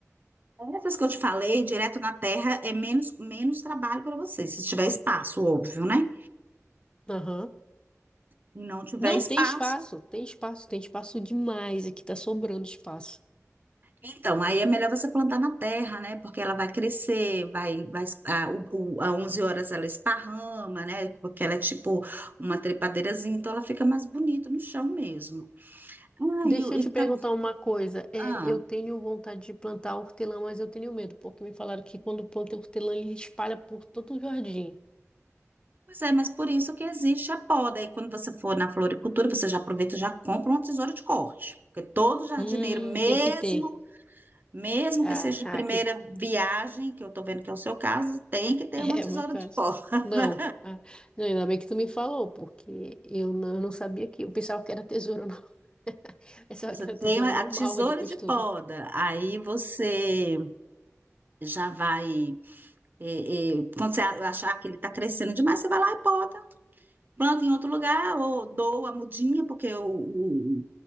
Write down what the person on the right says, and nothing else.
Essas que eu te falei, direto na terra, é menos, menos trabalho para você, se tiver espaço, óbvio, né?
Se não tiver
espaço,
Então, aí é melhor você plantar na terra, né? Porque ela vai crescer, vai, vai, a, o, o- a 11 horas ela esparrama, né? Porque ela é tipo uma trepadeirazinha, então ela fica mais bonita no chão mesmo. Ah,
e o-
e
tá,
ah,
pois é, mas por isso que existe a poda. Aí quando você for na floricultura, você já aproveita e já compra uma tesoura de corte. Porque todo jardineiro,
mesmo,
mesmo
que seja de
primeira viagem, que eu tô vendo que é o seu caso, tem que ter
uma
tesoura
de poda. <laughs>
Você
tem
a
a tesoura
de poda, aí você já vai. é, é, quando você a- achar que ele está crescendo demais, você vai lá e poda, planta em outro lugar, ou doa a mudinha, porque o, o,